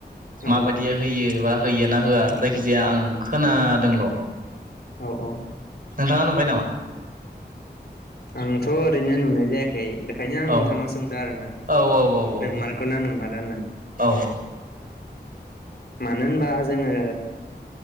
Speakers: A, on the left; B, on the right.
A: औ
B: माबायदिया होयो बा होयो ना होआ जायखिजाया आं खोनादोंल'
A: औ औ
B: नोंथाङा नुबाय नामा
A: आंथ' ओरैनो नुनाय जायाखै ओंखायनो आं नोंथांनाव
B: औ
A: सोंदों आरो ना
B: औ औ औ औ
A: नोंमारगौ ना नोंमारा होननानै
B: औ
A: मानो होनबा जोङो